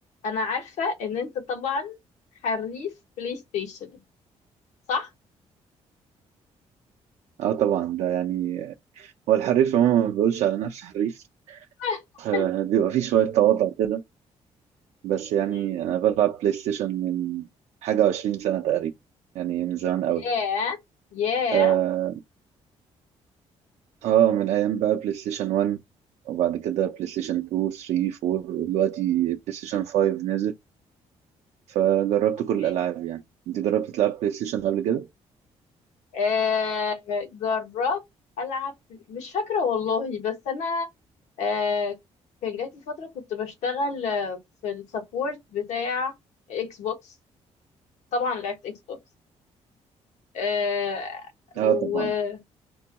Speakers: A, on the left (about 80°); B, on the right (about 75°).
A: انا عارفة ان انت طبعا حريف بلاي ستيشن صح؟
B: اه طبعا ده يعني هو الحريف عموما ما بيقولش على نفسه حريف
A: <laughs>
B: آه، بيبقى فيه شوية تواضع كده بس يعني
A: مم.
B: أنا بلعب بلاي ستيشن من حاجة وعشرين سنة تقريبا يعني من زمان أوي
A: ياه ياه
B: آه, آه من أيام بقى بلاي ستيشن 1 وبعد كده بلاي ستيشن 2 3 4 ودلوقتي بلاي ستيشن 5 نزل فجربت
A: أوكي.
B: كل الألعاب يعني أنت جربت تلعب بلاي ستيشن قبل كده؟
A: آه، جربت العب مش فاكرة والله بس انا آه، كان جاتي فترة كنت بشتغل آه، في السبورت بتاع اكس بوكس طبعا لعبت اكس بوكس آه،
B: اه
A: وبس
B: طبعا